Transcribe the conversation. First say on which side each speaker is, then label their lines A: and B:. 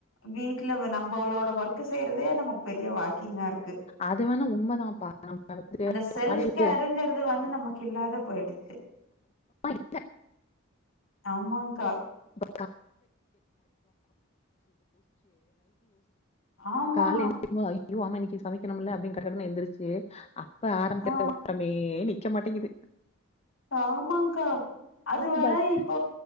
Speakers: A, on the left; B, on the left.
A: வீட்ல நம்மளோட ஒர்க்க செய்யறதே நமக்கு பெரிய வாக்கிங்கா இருக்கு
B: அது வேணா உண்மதான்ப்பா நம்ம வந்துட்டு
A: அந்த செல்ஃப்
B: காலையிலலாம்
A: கேருங்கறது வந்து நம்ம கில்லாத போயிடுச்சு
B: இல்ல
A: ஆமாங்க்கா
B: <unintelligible>
A: ஆமா
B: கால எந்திரிக்கும் ஐய்யயோ ஆமா இன்னக்கி சமைக்கணும்ல டக்கு டக்குன்னு எந்திருச்சு ஆரம்பிக்க <unintelligible>
A: ஆ
B: நிக்க மாட்டேங்குது
A: ஆமாங்க்கா அது வேற
B: பஸ்
A: இப்ப